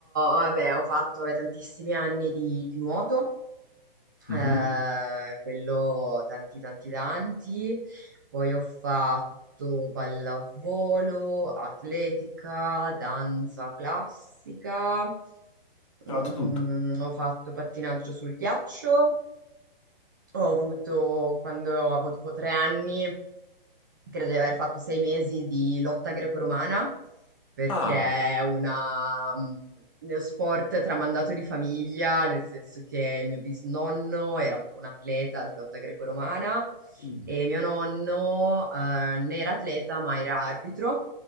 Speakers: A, on the right; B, on the left.
A: vabbè, ho fatto vabbè, tantissimi anni di di nuoto
B: Mhm.
A: Eh, quello tanti tanti tanti. Poi ho fatto pallavolo, atletica, danza classica,
B: Ho
A: mm,
B: fatto tutto.
A: ho fatto pattinaggio sul ghiaccio. Ho avuto, quando avevo tipo tre anni, credo di aver fatto sei mesi di lotta greco-romana, perché
B: Ah,
A: è una, mh, uno sport tramandato di famiglia, nel senso che il mio bisnonno era proprio un atleta di lotta greco-romana
B: Mm.
A: e mio nonno eh, non era atleta ma era arbitro